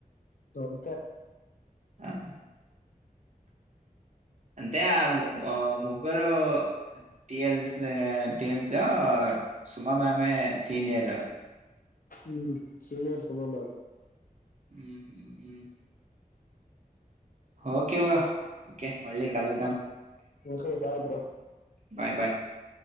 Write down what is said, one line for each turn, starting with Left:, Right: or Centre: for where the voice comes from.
Left: అంతే
Right: ఆహ అంతే ఆ ము ఆ ముగ్గరు టీఎల్స్ ఆ టీఎల్స్ ఆ సుమ మామే సీనియరు
Left: ఊ సీనియర్ సుమా మామ్
Right: ఊ హు హు ఓకే బ్రో ఓకే మళ్ళీ కలుదాం
Left: okay bye bro
Right: bye bye